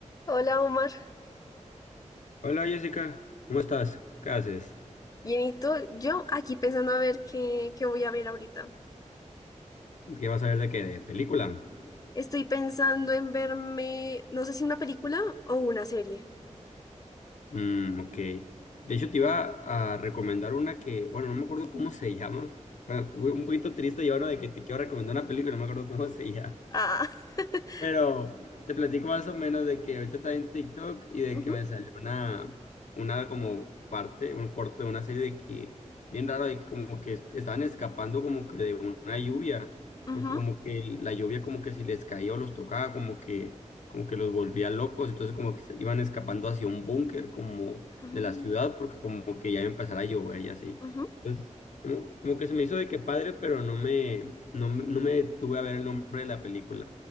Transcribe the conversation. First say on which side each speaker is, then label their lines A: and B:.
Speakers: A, on the left; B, on the left.
A: Hola Omar,
B: Hola Jessica, ¿cómo estás? ¿Qué haces?
A: bien, ¿y tú? Yo aquí pensando a ver qué, qué voy a ver ahorita.
B: ¿Qué vas a ver de qué? ¿De película?
A: Estoy pensando en verme, no sé si una película o una serie.
B: Mm, ok. De hecho, te iba a recomendar una que, bueno, no me acuerdo cómo se llama. Ah, fue un poquito triste y ahora de que te quiero recomendar una película, no me acuerdo cómo se llama.
A: Ah, <laughs>
B: Pero te platico más o menos de que ahorita estaba en TikTok y de
A: ujú,
B: que me salió una, una como parte, un corto de una serie de que, bien raro, de que como que est- estaban escapando como que de una lluvia,
A: ujú,
B: porque como que la lluvia como que si les caía o los tocaba, como que, como que los volvía locos, entonces como que se iban escapando hacia un búnker como
A: ujú,
B: de la ciudad, porque como que ya iba a empezar a llover y así.
A: ujú.
B: Entonces, como, como que se me hizo de que padre, pero no me, no, me- no me detuve a ver el nombre de la película.